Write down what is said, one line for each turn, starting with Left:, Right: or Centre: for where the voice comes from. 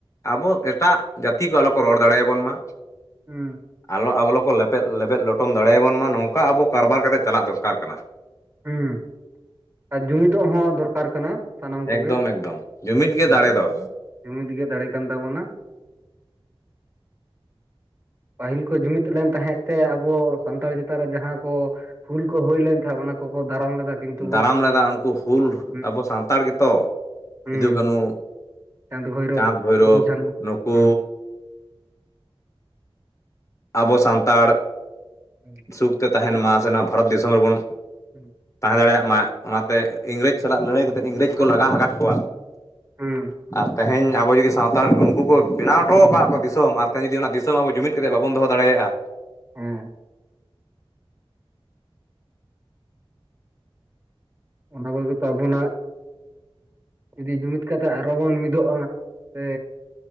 Left: ᱟᱵᱚ ᱮᱴᱟᱜ ᱡᱟᱹᱛᱤ ᱠᱚ ᱟᱞᱚ ᱠᱚ ᱨᱚᱲ ᱫᱟᱲᱮᱭᱟᱵᱚᱱ ᱢᱟ᱾
Right: ᱦᱩᱸ
Left: ᱟᱞᱚ ᱟᱵᱚᱞᱚ ᱠᱚ ᱞᱮᱯᱮᱫ ᱞᱮᱵᱮᱫ ᱞᱚᱴᱚᱢ ᱫᱟᱲᱮᱭᱟᱵᱚᱱ ᱢᱟ ᱱᱚᱝᱠᱟ ᱟᱵᱚ ᱠᱟᱨᱵᱟᱨ ᱠᱟᱛᱮᱫ ᱪᱟᱞᱟᱜ ᱫᱚᱨᱠᱟᱨ ᱠᱟᱱᱟ᱾
Right: ᱦᱩᱸ, ᱟᱨ ᱡᱩᱢᱤᱫᱚᱜ ᱦᱚᱸ ᱫᱚᱨᱠᱟᱨ ᱠᱟᱱᱟ᱾ ᱥᱟᱱᱟᱢ ᱠᱚᱜᱮ
Left: ᱮᱠᱫᱚᱢ ᱮᱠᱫᱚᱢ ᱡᱩᱢᱤᱫ ᱜᱮ
Right: ᱦᱮᱸ,
Left: ᱫᱟᱲᱮ ᱫᱚ
Right: ᱡᱩᱢᱤᱫ ᱜᱮ ᱫᱟᱲᱮ ᱠᱟᱱ ᱛᱟᱵᱚᱱᱟ᱾ ᱯᱟᱹᱦᱤᱞ ᱠᱚ ᱡᱩᱢᱤᱫ ᱞᱮᱱ ᱛᱟᱦᱮᱸᱫ ᱛᱮ ᱟᱵᱚ ᱥᱟᱱᱛᱟᱲ ᱪᱮᱛᱟᱱ ᱨᱮ ᱡᱟᱦᱟᱸ ᱠᱚ, ᱦᱩᱞ ᱠᱚ ᱦᱩᱭ ᱞᱮᱱᱠᱷᱟᱱ ᱚᱱᱟ ᱠᱚᱠᱚ ᱫᱟᱨᱟᱢ ᱞᱮᱫᱟ, ᱠᱤᱱᱛᱩ
Left: ᱫᱟᱨᱟᱢ ᱞᱮᱫᱟ ᱩᱱᱠᱩ ᱦᱩᱞ
Right: ᱦᱩᱸ
Left: ᱟᱵᱚ ᱥᱟᱱᱛᱟᱲ ᱜᱮᱛᱚ,
Right: ᱦᱩᱸ
Left: ᱥᱤᱫᱩ ᱠᱟᱹᱱᱩ
Right: ᱪᱟᱸᱫ ᱵᱷᱳᱭᱨᱳᱵ
Left: ᱪᱟᱸᱫᱽ ᱵᱷᱳᱭᱨᱳᱚᱵᱽ
Right: ᱯᱷᱩᱞᱚ ᱡᱷᱟᱱᱚ
Left: ᱱᱩᱠᱩ
Right: ᱦᱩᱸ
Left: ᱟᱵᱚ ᱥᱟᱱᱛᱟᱲ
Right: <inaudible>
Left: ᱥᱩᱠᱛᱮ ᱛᱟᱦᱮᱱ ᱢᱟ ᱥᱮ ᱱᱚᱣᱟ ᱵᱷᱟᱨᱚᱛ ᱫᱤᱥᱚᱢ ᱨᱮᱵᱚᱱ
Right: <inaudible>
Left: ᱛᱟᱦᱮᱸ ᱫᱟᱲᱮᱭᱟᱜ ᱢᱟ, ᱚᱱᱟᱛᱮ ᱤᱝᱨᱮᱡᱽ ᱥᱟᱞᱟᱜ ᱞᱟᱹᱲᱟᱹᱭ ᱠᱟᱛᱮᱫ ᱤᱝᱨᱮᱡᱽ ᱠᱚ ᱞᱟᱜᱟ ᱟᱠᱟᱫ ᱠᱚᱣᱟ᱾
Right: ᱦᱩᱸ
Left: ᱟᱨ ᱛᱮᱦᱮᱧ ᱟᱵᱚ ᱡᱩᱫᱤ ᱥᱟᱶᱛ ᱩᱱᱠᱩ ᱠᱚ ᱵᱮᱱᱟᱣ ᱦᱚᱴᱚ ᱠᱮᱜᱼᱟ ᱠᱚ ᱫᱤᱥᱚᱢ ᱟᱨ ᱛᱮᱦᱮᱧ ᱡᱩᱫᱤ ᱚᱱᱟ ᱫᱤᱥᱚᱢ ᱟᱵᱚ ᱡᱩᱢᱤᱫ ᱠᱟᱛᱮ ᱵᱟ ᱵᱚᱱ ᱫᱚᱦᱚ ᱫᱟᱲᱮᱭᱟᱜᱼᱟ᱾
Right: ᱦᱮᱸ ᱚᱱᱟ ᱠᱚᱜᱮᱛᱚ ᱟᱵᱚᱱᱟᱜ ᱡᱩᱫᱤ ᱡᱩᱢᱤᱫ ᱠᱟᱛᱮ ᱟᱨᱚ ᱵᱚᱱ ᱢᱤᱫᱚᱜᱼᱟ ᱥᱮ,